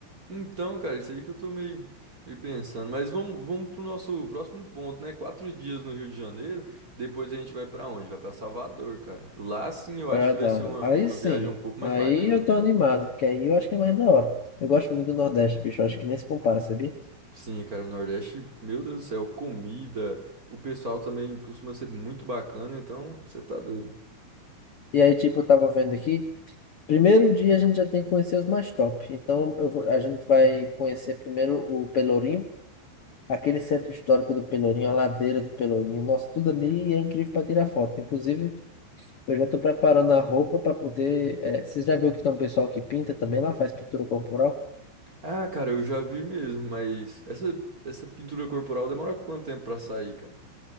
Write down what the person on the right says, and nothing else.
Então, cara, isso aí que eu tô meio, meio pensando. Mas vamos, vamos pro nosso próximo ponto, né? Quatro dias no Rio de Janeiro, depois a gente vai pra onde? Vai pra Salvador, cara. Lá sim eu acho
que
vai ser uma,
uma
viagem um pouco mais
bacana.
Sim, cara, o Nordeste, meu Deus do céu, comida, o pessoal também costuma ser muito bacana, então você tá doido.
Ah, cara, eu já vi mesmo, mas essa, essa pintura corporal demora quanto tempo pra sair, cara?